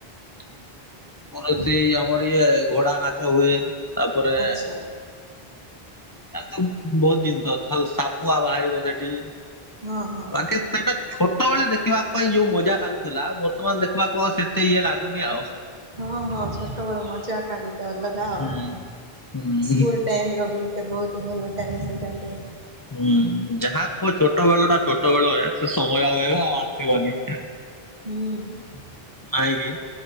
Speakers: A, on the left; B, on the right.
A: <unintelligible>
B: ଉଁ
A: ଆମର ଇଏ ଘୋଡା ନାଚ ହୁଏ। ତାପରେ
B: ଆଚ୍ଛା
A: ତାର ତ ବହୁତ୍ ଜିନିଷ। ଆଉ ସା ପୁଆ ବାହାରିବ ସେଠି।
B: ହଁ ହଁ।
A: ବାକି ସେଇଟା ଛୋଟ ବେଳେ ଦେଖିବା ପାଇଁ ଯୋଉ ମଜା ଲାଗୁଥିଲା ବର୍ତ୍ତମାନ ଦେଖିବାକୁ ଆଉ ସେତେ ଇଏ ଲାଗୁନି ଆଉ।
B: ହଁ ହଁ ଛୋଟ ବେଳ ମଜା ଟା ଗୋଟେ ଅଲଗା
A: ହୁଁ।
B: ଆଉ।
A: ହୁଁ
B: ସ୍କୁଲ୍ ଟାଇମ୍ ର ବି କେ ବହୁତ ଭଲ ଟାଇମ୍ ସେଇଟା ଗୋଟେ।
A: ହୁଁ। ଯାହା କୁହ ଛୋଟ ବେଳ ଟା ଛୋଟ ବେଳ ଏ। ସେ ସମୟ ଆଉ ଏବେ ଆଉ ଆସିବନି।
B: ହୁଁ।
A: ନାହିଁକି?